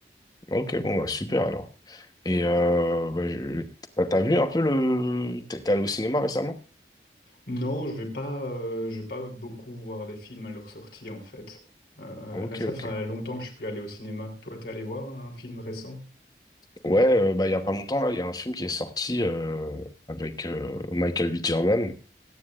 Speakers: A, on the left (about 20°); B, on the left (about 60°).
A: Ok, bon bah super alors. Et euh, bah, je- t'as t'as vu un peu le... T'es t'es allé au cinéma récemment?
B: Non, je vais pas, euh, je vais pas beaucoup voir des films à leur sortie en fait. Euh,
A: Ok,
B: là, ça
A: ok.
B: fait longtemps que je suis plus allé au cinéma. Toi, t'es allé voir un film récent?
A: Ouais, euh, bah, il y a pas longtemps, là, il y a un film qui est sorti euh, avec euh, Michael B. Jordan.